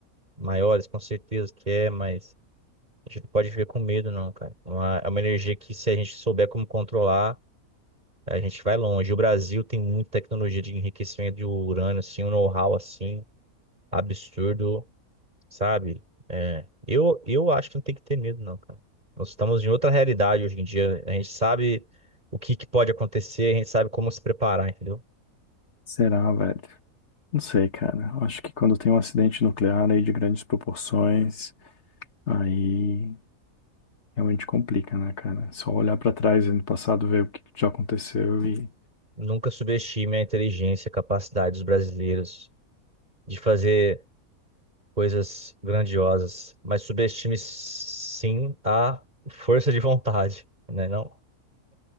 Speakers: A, on the right; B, on the left.
A: maiores, com certeza que é, mas a gente não pode viver com medo, não, cara. É uma, é uma energia que, se a gente souber como controlar, a gente vai longe. O Brasil tem muita tecnologia de enriquecimento de urânio, assim, um know-how assim absurdo. sabe? É, eu, eu acho que não tem que ter medo, não, cara. Nós estamos em outra realidade hoje em dia. A gente sabe o que, que pode acontecer, a gente sabe como se preparar, entendeu?
B: Será, velho? Não sei, cara. Acho que quando tem um acidente nuclear aí de grandes proporções, aí realmente complica, né, cara? É Só olhar pra trás e no passado ver o que que já aconteceu e.
A: Nunca subestime a inteligência, a capacidade dos brasileiros de fazer coisas grandiosas, mas subestime sim a força de vontade, né? Não?